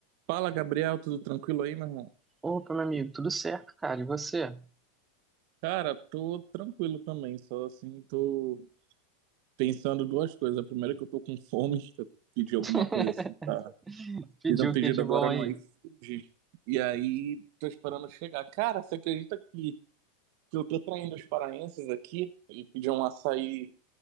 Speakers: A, on the right; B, on the right.
A: Fala, Gabriel, tudo tranquilo aí, meu irmão?
B: Opa, meu amigo, tudo certo, cara? E você?
A: Cara, tô tranquilo também, só assim, tô pensando duas coisas. A primeira é que eu tô com fome, eu pedi alguma
B: <laughs>
A: coisa assim, tá?
B: Pediu
A: Fiz um
B: o
A: pedido
B: que de
A: agora
B: bom
A: no
B: aí?
A: iFood, e aí tô esperando chegar. Cara, você acredita que, que eu tô traindo os paraenses aqui e pedi um açaí